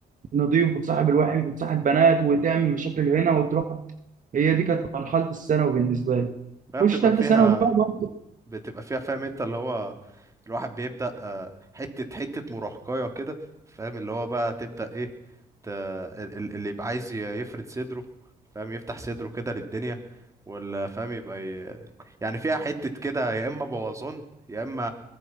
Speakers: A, on the right; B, on the right.
A: النضيف وتصاحب الوحش وتصاحب بنات وتعمل مشاكل هنا وتروح هي دي كانت مرحلة الثانوي بالنسبة لي
B: بقى
A: خش
B: بتبقى
A: ثالثة
B: فيها
A: ثانوي بقى برضه
B: بتبقى فيها فاهم انت اللي هو الواحد بيبدأ آه، حتة حتة مراهقية كده فاهم اللي هو بقى تبدأ ايه ت... ال- ال- اللي يبقى عايز ي- يفرد صدره فاهم يفتح صدره كده للدنيا ولا فاهم يبقى ي... يعني فيها حتة كده يا إما بوظان يا إما